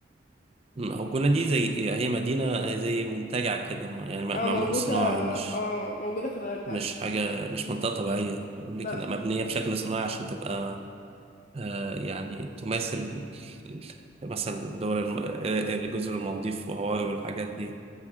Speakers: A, on the right; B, on the left.
A: مم، هو الجونة دي زي هي مدينة زي منتجع كده ما- يعني م-
B: اه
A: معمول
B: موجودة
A: صناعي مش
B: اه موجودة في الغردقة
A: مش حاجة مش منطقة طبيعية لكن
B: لا
A: مبنية بشكل صناعي عشان تبقى آه، يعني تماثل مثلا دول الم- آه، الجزر المالديف وهاواي والحاجات دي